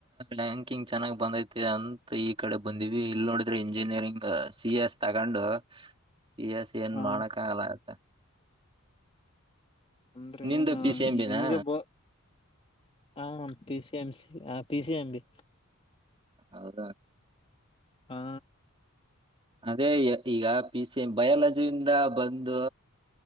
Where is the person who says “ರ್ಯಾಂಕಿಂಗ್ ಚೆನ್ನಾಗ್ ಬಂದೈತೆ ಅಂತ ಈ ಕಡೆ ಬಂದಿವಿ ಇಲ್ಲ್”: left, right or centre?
Right